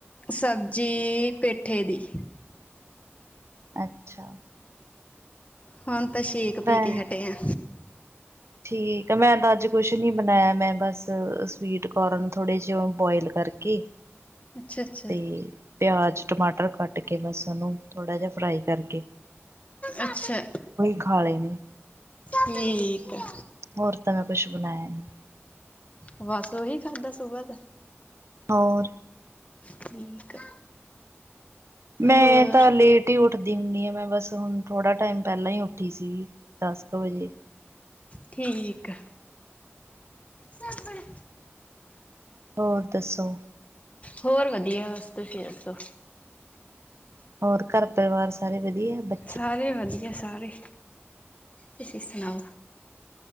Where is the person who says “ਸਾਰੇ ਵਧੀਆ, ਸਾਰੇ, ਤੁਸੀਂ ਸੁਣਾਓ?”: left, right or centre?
Left